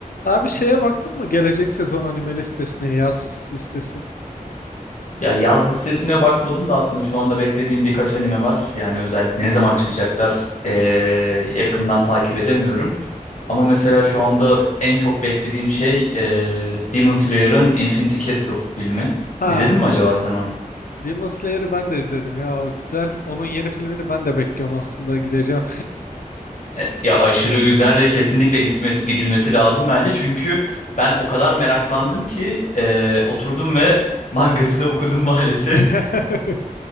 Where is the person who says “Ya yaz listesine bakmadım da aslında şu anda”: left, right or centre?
Left